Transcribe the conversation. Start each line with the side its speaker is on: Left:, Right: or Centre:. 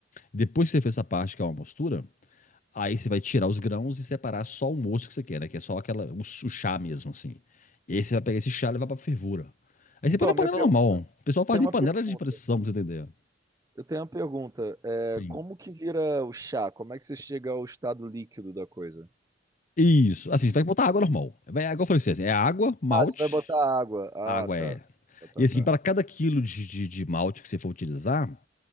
Left: Depois que você fez essa parte, que é uma mostura, Aí você vai tirar os grãos e separar só o moço que você quer, né? Que é só aquela, o, su- chá mesmo, assim. E aí você vai pegar esse chá e levar pra fervura. Aí
Right: Então,
Left: você põe na panela
Right: minha pergunta,
Left: normal. O pessoal faz
Right: tem uma
Left: em panela
Right: pergunta.
Left: de pressão, pra você entender.
Right: Eu tenho uma pergunta. É,
Left: Sim.
Right: como que vira o chá? Como é que você chega ao estado líquido da coisa?
Left: Isso. Assim, você vai botar água normal. Vai, água eu falei você, assim, é água, malte,
Right: Ah, você vai botar água. Ah,
Left: água
Right: tá.
Left: é.
Right: Tá, tá,
Left: E assim,
Right: tá.
Left: para cada quilo de, de, de malte que você for utilizar,